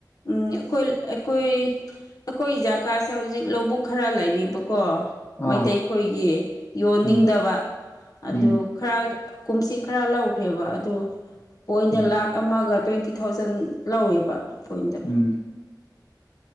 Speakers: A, on the left; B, on the left.
A: ꯎ ꯑꯩꯈꯣꯏ ꯑꯩꯈꯣꯏ ꯑꯩꯈꯣꯏ ꯖꯥ ꯀꯀꯥꯁꯦ ꯍꯧꯖꯤꯛ ꯂꯧꯕꯨꯛ ꯈꯔ ꯂꯩꯔꯤꯕꯀꯣ ꯃꯩꯇꯩꯈꯣꯏꯒꯤ
B: ꯑꯥ
A: ꯌꯣꯟꯅꯤꯡꯗꯕ
B: ꯎꯝ
A: ꯑꯗꯨ
B: ꯎꯝ
A: ꯈꯔ ꯀꯨꯝꯆꯠ ꯈꯔ ꯂꯧꯈ꯭ꯔꯦꯕ ꯑꯗꯨ ꯄꯣꯏꯟꯗ
B: ꯎꯝ
A: ꯂꯥꯛ ꯑꯃꯒ ꯇ꯭ꯋꯦꯟꯇꯤ ꯊꯥꯎꯖꯟ ꯂꯧꯋꯦꯕ ꯄꯣꯏꯟꯗ
B: ꯎꯝ